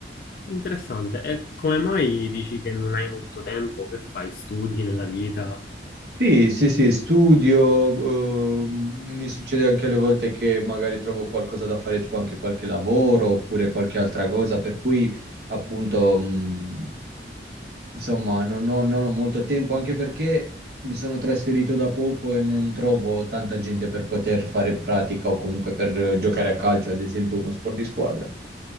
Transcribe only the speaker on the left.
interessante. E come mai dici che non hai molto tempo? Che fai? Studi nella vita?